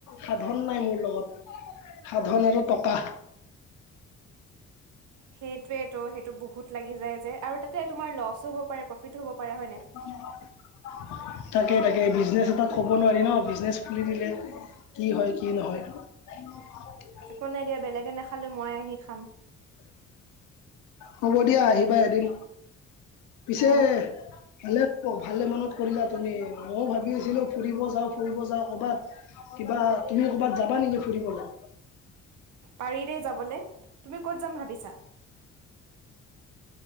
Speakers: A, on the left; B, on the right.
A: সাধন নাই মোৰ লগত। সাধন আৰু টকা।
B: সেইটোৱেতো, সেইটো বহুত লাগি যায় যে। আৰু তাতে তোমাৰ লছো হ'ব পাৰে, প্ৰফিতো হ'ব পাৰে, হয় নাই।
A: <unintelligible> তাকে-তাকে, বিজনেছ এটাত ক'ব নোৱাৰি ন' বিজনেচ খুলি দিলে। কি হয়, কি নহয়। <unintelligible>
B: একো নাই দিয়া, বেলেগে নাখালেও, মই আহি খাম।
A: হ'ব দিয়া আহিবা এদিন, পিছে
B: অ
A: ভালে অ', ভালে মনত কৰিলা তুমি, ময়ো ভাবি আছিলোঁ, ফুৰিব যাওঁ, ফুৰিব যাওঁ কবাত। কিবা, তুমি ক'বাত যাবা নেকি ফুৰিবলৈ?
B: পাৰি দেই যাবলে, তুমি ক'ত যাম ভাবিছা? <unintelligible>